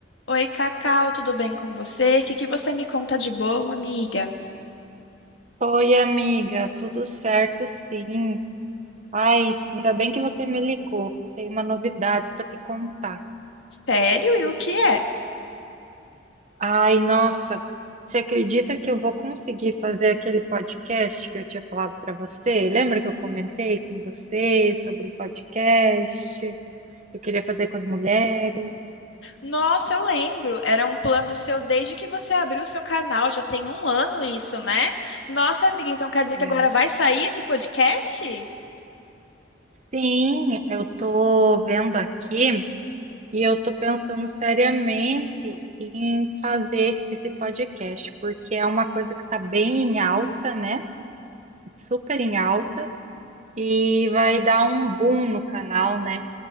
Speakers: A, on the left; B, on the right.
A: Oi, Cacau, tudo bem com você? O que que você me conta de bom, amiga?
B: Oi, amiga, tudo certo, sim. Ai, ainda bem que você me ligou. Tem uma novidade para te contar.
A: Sério? E o que é?
B: Ai, nossa, você acredita que eu vou conseguir fazer aquele podcast que eu tinha falado para você? Lembra que eu comentei com você sobre podcast que eu queria fazer com as mulheres?
A: Nossa, eu lembro, era um plano seu desde que você abriu o seu canal, já tem um ano isso, né? Nossa, amiga, então quer dizer
B: É.
A: que agora vai sair esse podcast?
B: Sim, eu tô vendo aqui. E eu estou pensando seriamente em fazer esse podcast, porque é uma coisa que está bem em alta, né? Super em alta, e vai dar um boom no canal, né?